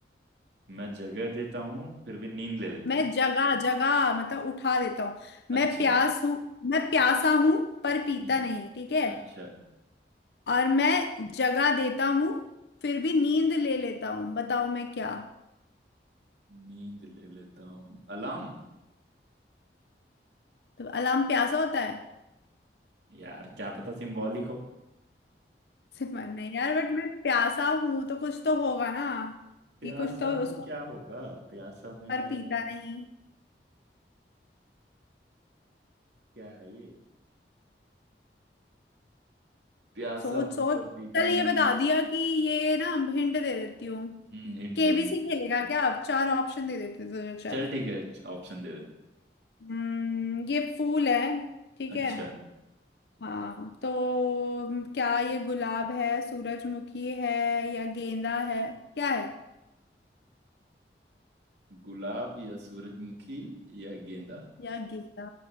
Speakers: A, on the right; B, on the left.
A: मैं जगह देता हूँ फिर भी नींद ले लेता
B: मैं
A: हूँ
B: जगा जगा मतलब उठा देता हूँ
A: अच्छा
B: मैं प्यास हूँ मैं प्यासा हूं पर पीता
A: हम्म,
B: नहीं ठीक है
A: अच्छा
B: और मैं जगा देता हूँ फिर भी नींद ले लेता हूँ बताओ मैं क्या
A: नींद ले लेता हूँ अलार्म
B: तो अलार्म प्यासा होता है
A: यार क्या पता सिंबॉलिक हो
B: से बनने यार बट मैं प्यासा हूं तो कुछ तो होगा ना
A: प्यासा
B: कि कुछ तो
A: में
B: उसको
A: क्या होगा प्यासा में
B: पर पीता नहीं
A: क्या है ये प्यासा
B: सोच
A: हूं
B: सोच
A: पर पीता
B: चल
A: नहीं
B: ये बता दिया कि ये ना हिंट दे देती हूँ
A: हम्म हिंट
B: केबीसी
A: दे हिंट
B: खेलेगा क्या अब चार ऑप्शन दे देते तुझे चल
A: चल ठीक है ऑप्शन दे दे
B: हम्म ये फूल है ठीक
A: अच्छा
B: है हाँ तो क्या ये गुलाब है सूरजमुखी है या गेंदा है क्या है
A: गुलाब या सूरजमुखी या गेंदा
B: या गेंदा